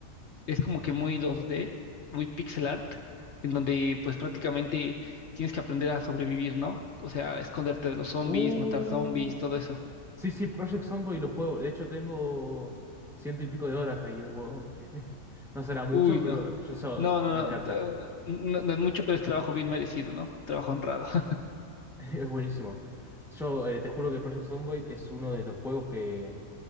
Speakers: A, on the left; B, in the centre.
A: Es como que muy 2D, muy pixel art, en donde pues prácticamente tienes que aprender a sobrevivir, ¿no? O sea, esconderte de los zombies,
B: Uh,
A: matar zombies, todo eso.
B: sí, sí, Project Zomboid lo juego. De hecho, tengo ciento y pico de horas ahí en el juego. <laughs> No será mucho,
A: Uy, no.
B: pero yo so-
A: No, no,
B: me encanta.
A: no, de- no,
B: <laughs>
A: no- no es mucho, pero es trabajo bien merecido, ¿no? Trabajo honrado. <laughs>
B: Es buenísimo. Yo eh, te juro que Project Zomboid es uno de los juegos que